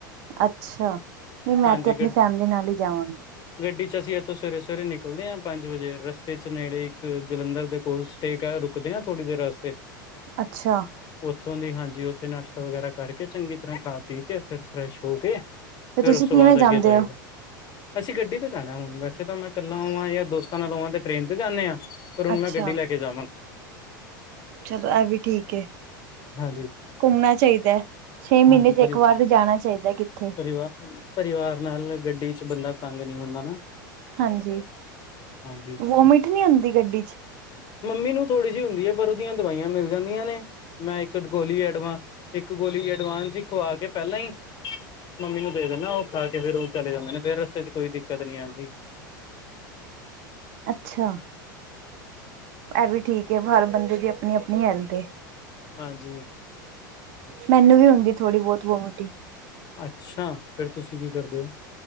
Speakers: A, on the right; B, on the left.
A: ਅੱਛਾ, ਨਹੀਂ ਮੈਂ
B: ਹਾਂਜੀ
A: ਤੇ ਆਪਣੀ
B: ਗ
A: ਫੈਮਿਲੀ ਨਾਲ ਹੀ ਜਾਵਾਂਗੀ।
B: ਗੱਡੀ ਚ ਅਸੀਂ ਇੱਥੋਂ ਸਵੇਰੇ ਸਵੇਰੇ ਨਿਕਲਦੇ ਹਾਂ ਪੰਜ ਵਜੇ ਰਸਤੇ ਚ ਨੇੜੇ ਇੱਕ ਜਲੰਧਰ ਦੇ ਕੋਲ ਸਟੇ ਰੁਕ ਦਿਆ ਥੋੜੀ ਦੇਰ ਰਸਤੇ,
A: ਅੱਛਾ,
B: ਉੱਥੋਂ ਦੀ ਹਾਂਜੀ ਉੱਥੇ ਨਾਸ਼ਤਾ ਵਗੈਰਾ ਕਰਕੇ ਚੰਗੀ ਤਰ੍ਹਾਂ ਖਾ ਪੀ ਕੇ ਫਿਰ ਫਰੈਸ਼ ਹੋ ਕੇ।
A: ਤੇ
B: ਫਿਰ
A: ਤੁਸੀਂ
B: ਉਸ
A: ਕਿਵੇਂ
B: ਤੋਂ ਬਾਅਦ
A: ਜਾਂਦੇ
B: ਅੱਗੇ ਜਾਈਦਾ।
A: ਹੋ
B: ਅਸੀਂ ਗੱਡੀ ਤੋਂ ਜਾਣਾ ਹੁਣ ਵੈਸੇ ਤਾਂ ਮੈਂ ਇਕੱਲਾ ਹੋਵਾ ਜਾਂ ਦੋਸਤਾਂ ਨਾਲ ਹੋਵਾ ਤੇ ਟਰੇਨ 'ਤੇ ਜਾਂਦੇ ਹਾਂ। ਪਰ ਹੁਣ
A: ਅੱਛਾ
B: ਮੈਂ ਗੱਡੀ ਲੈ ਕੇ ਜਾਵਾਂਗਾ।
A: ਚਲੋ ਇਹ ਵੀ ਠੀਕ ਹੈ।
B: ਹਾਂਜੀ
A: ਘੁੰਮਣਾ ਚਾਹੀਦਾ, ਛੇ ਮਹੀਨੇ
B: ਹਾਂਜੀ
A: 'ਚ
B: ਪਰਿ
A: ਇੱਕ ਵਾਰ ਤੇ ਜਾਣਾ ਚਾਹੀਦਾ ਕਿੱਥੇ।
B: ਪਰਿਵਾ ਪਰਿਵਾਰ ਨਾਲ ਗੱਡੀ 'ਚ ਬੰਦਾ ਤੰਗ ਨਹੀਂ ਹੁੰਦਾ ਨਾ।
A: ਹਾਂਜੀ,
B: ਹਾਂਜੀ
A: ਵੋਮਿਟ ਨਹੀਂ ਆਉਂਦੀ ਗੱਡੀ 'ਚ।
B: ਮੰਮੀ ਨੂੰ ਥੋੜ੍ਹੀ ਜਿਹੀ ਹੁੰਦੀ ਹੈ ਪਰ ਉਹਦੀਆਂ ਦਵਾਈਆਂ ਮਿਲ ਜਾਂਦੀਆਂ ਨੇ। ਮੈਂ ਇੱਕ ਗੋਲੀ ਐਡਵਾਂਸ, ਇੱਕ ਗੋਲੀ ਐਡਵਾਂਸ ਹੀ ਖਵਾ ਕੇ ਪਹਿਲਾਂ ਹੀ ਮੰਮੀ ਨੂੰ ਦੇ ਦਿੰਦਾ, ਉਹ ਖਾ ਕੇ ਫੇਰ ਉਹ ਚਲੇ ਜਾਂਦੇ ਨੇ ਫੇਰ ਰਸਤੇ 'ਚ ਕੋਈ ਦਿੱਕਤ ਨੀ ਆਉਂਦੀ।
A: ਅੱਛਾ। ਇਹ ਵੀ ਠੀਕ ਹੈ, ਹਰ ਬੰਦੇ ਦੀ ਆਪਣੀ- ਆਪਣੀ ਹੈਲਥ ਏ।
B: ਹਾਂਜੀ।
A: ਮੈਨੂੰ ਵੀ ਹੁੰਦੀ ਥੋੜ੍ਹੀ ਬਹੁਤ ਵੋਮਟਿੰਗ।
B: ਅੱਛਾ, ਫਿਰ ਤੁਸੀਂ ਕੀ ਕਰਦੇ ਹੋ।